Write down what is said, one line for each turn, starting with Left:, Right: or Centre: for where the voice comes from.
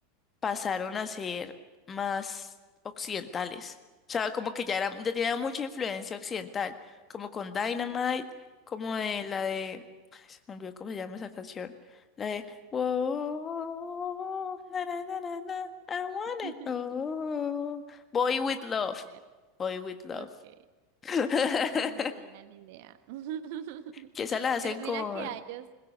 Left: pasaron a ser más occidentales. O sea, como que ya era, ya tenía mucha influencia occidental, como con Dynamite,
Right: Sí.
Left: como de la de, ay, se me olvidó cómo se llama esa canción, la de Whoa, na, na, na, na, na, I want
Right: <laughs>
Left: it all. Boy with
Right: No,
Left: Love,
Right: ni idea.
Left: Boy with Love.
Right: Ok.
Left: <laughs>
Right: No, ni idea, ni idea. <laughs>
Left: Que esa la hacen
Right: Pero mira
Left: con
Right: que a ellos,